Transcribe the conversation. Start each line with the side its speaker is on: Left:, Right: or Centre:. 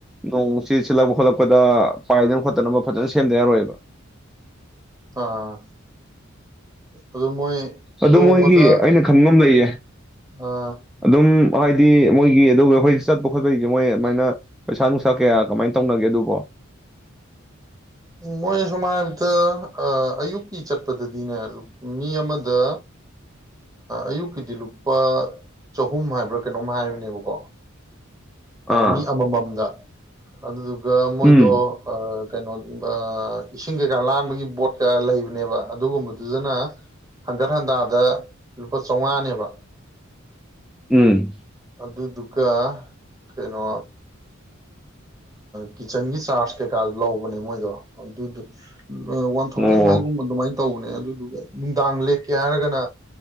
Centre: ꯅꯣꯛ ꯎꯆ ꯆꯂ ꯍꯣꯂꯄꯗ ꯄꯥꯏꯗꯅ ꯈꯣꯠꯇꯅꯕ ꯐꯖꯅ ꯁꯦꯝꯗ ꯌꯥꯔꯣꯏꯕ
Right: ꯑꯥ ꯑꯗꯨ ꯃꯣꯏ
Centre: ꯑꯗꯨ
Right: ꯅꯣꯡꯃꯗ
Centre: ꯃꯣꯏꯒꯤ ꯑꯩꯅ ꯈꯪꯕ ꯑꯃ ꯂꯩꯌꯦ
Right: ꯑꯥ
Centre: ꯑꯗꯨꯝ ꯍꯥꯏꯗꯤ ꯃꯣꯏꯒꯤ ꯑꯗꯨꯒ ꯑꯩꯈꯣꯏ ꯆꯠꯄ ꯈꯣꯠꯄꯒꯤꯁꯦ ꯃꯣꯏ ꯑꯗꯨꯃꯥꯏꯅ ꯄꯩꯁꯥ ꯅꯨꯡꯁꯥ ꯀꯌꯥ ꯀꯃꯥꯏꯅ ꯇꯧꯅꯒꯦ ꯑꯗꯨꯕ
Right: ꯃꯣꯏ ꯁꯨꯝ ꯍꯥꯏꯔꯕꯗ ꯑꯌꯨꯛꯀꯤ ꯆꯠꯄꯗꯗꯤꯅꯦ ꯃꯤ ꯑꯃꯗ ꯑꯌꯨꯛꯀꯤꯗꯤ ꯂꯨꯄꯥ ꯆꯍꯨꯝ ꯍꯥꯏꯕ꯭ꯔꯥ ꯀꯩꯅꯣꯝ ꯍꯥꯏꯕꯅꯦꯕꯀꯣ
Centre: ꯑꯥ
Right: ꯃꯤ ꯑꯃꯃꯝꯗ ꯑꯗꯨꯗꯨꯒ ꯃꯣꯏꯗꯣ
Centre: ꯎꯝ
Right: ꯀꯩꯅꯣ ꯏꯁꯤꯡ ꯀꯩꯀꯥ ꯂꯥꯟꯕꯒꯤ ꯕꯣꯠ ꯀꯌꯥ ꯂꯩꯕꯅꯦꯕ ꯑꯗꯨꯒꯨꯝꯕꯗꯨꯗꯅ ꯍꯟꯒꯠ ꯍꯟꯗꯥꯗ ꯂꯨꯄꯥ ꯆꯥꯝꯃꯉꯥꯅꯦꯕ
Centre: ꯎꯝ
Right: ꯑꯗꯨꯗꯨꯒ ꯀꯩꯅꯣ ꯀꯤꯠꯆꯟꯒꯤ ꯆꯥꯔꯖ ꯀꯩꯀꯥ ꯂꯧꯕꯅꯦ ꯃꯣꯏꯗꯣ ꯑꯗꯨꯗ ꯋꯥꯟ ꯊꯥꯎꯖꯟ
Centre: ꯑꯣ
Right: ꯍꯥꯏꯒꯨꯝꯕ ꯑꯗꯨꯃꯥꯏꯅ ꯇꯧꯕꯅꯦ ꯑꯗꯨꯗꯨꯒ ꯅꯨꯡꯗꯥꯡ ꯂꯦꯛꯀꯦ ꯍꯥꯏꯔꯒꯅ